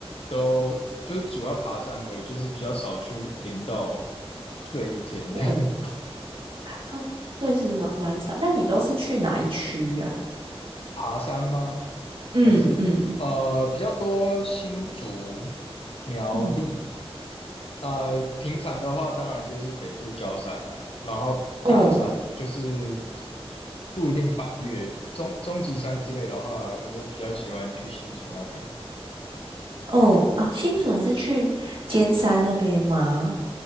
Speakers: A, on the left; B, on the right.
A: 都就是主要爬山而已，就是比较少去林道睡一天这样子。
B: 嗯。
A: <laughs>
B: 他确实蛮蛮少。那你都是去哪一区啊？
A: 爬山吗？
B: 嗯嗯
A: 还是呃比较多新竹、苗栗。
B: 嗯
A: 呃，平常的话，当然就是北部郊山啦、然后大山就是
B: 嗯
A: 不一定百岳，中中极山之类的话，我就比较喜欢去新竹那边。
B: 嗯啊，新竹你是去尖山那边吗？